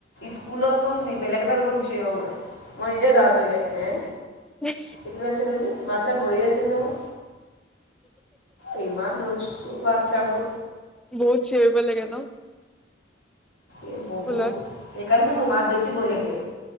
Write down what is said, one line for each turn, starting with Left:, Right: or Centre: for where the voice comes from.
Left: স্কুলততো বেলেগ এটা ৰূপত গুচি যাওঁ মই মোৰ নিজে দাত হৈ যায় এ
Centre: <unintelligible>
Left: সেটো আছিলো নে মাত চাত বহি আছিল নে মোৰ এ ইমান দোচ ৱাটছাবোৰ
Centre: বহুত চিঅৰিব লাগে ন
Left: এই বহুত
Centre: স্কুলত
Left: সেইকাৰণেতো মোৰ মাত বেছি বৈ থাকে।